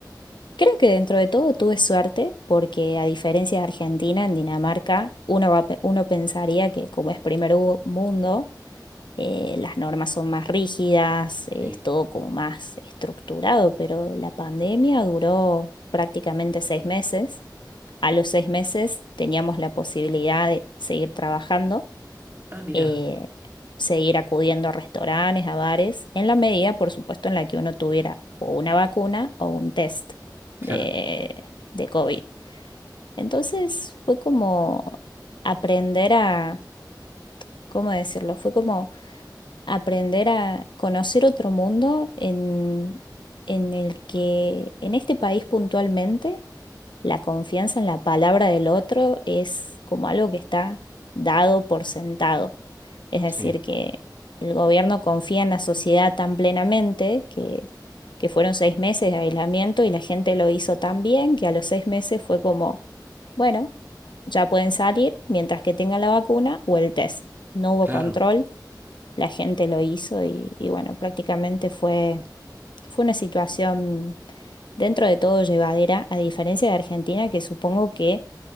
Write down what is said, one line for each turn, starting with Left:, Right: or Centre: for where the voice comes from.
Left: Creo que dentro de todo tuve suerte porque a diferencia de Argentina, en Dinamarca uno, va a pe- uno pensaría que como es primer u- mundo, eh, las normas son más rígidas, eh,
Right: sí.
Left: es todo como más estructurado, pero la pandemia duró prácticamente seis meses. A los seis meses teníamos la posibilidad de seguir trabajando,
Right: Ah, mira,
Left: eh, seguir acudiendo a restaurantes, a bares, en la medida, por supuesto, en la que uno tuviera o una vacuna o un test
Right: claro,
Left: de, de COVID. Entonces fue como aprender a, ¿cómo decirlo? Fue como aprender a conocer otro mundo en, en el que, en este país puntualmente la confianza en la palabra del otro es como algo que está dado por sentado. Es decir,
Right: sí,
Left: que el gobierno confía en la sociedad tan plenamente que, que fueron seis meses de aislamiento y la gente lo hizo tan bien que a los seis meses fue como, bueno, ya pueden salir mientras que tengan la vacuna o el test. No hubo
Right: claro.
Left: control, la gente lo hizo y, y bueno, prácticamente fue fue una situación dentro de todo llevadera, a diferencia de Argentina, que supongo que,